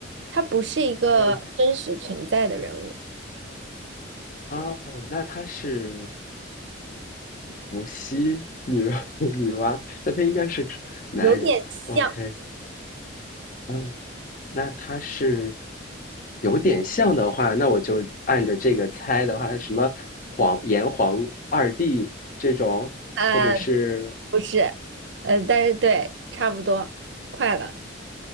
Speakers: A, on the right; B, on the left.
A: 他不是一个真实存在的人物，
B: 呃，哦，那他是伏羲女 <laughs> 女娲，那他应该是男人。
A: 有点像，
B: OK，嗯，那他是有点像的话，那我就按着这个猜的话，什么黄炎黄二帝这种，
A: 呃，
B: 或者是
A: 不是，呃，但是对，差不多，快了，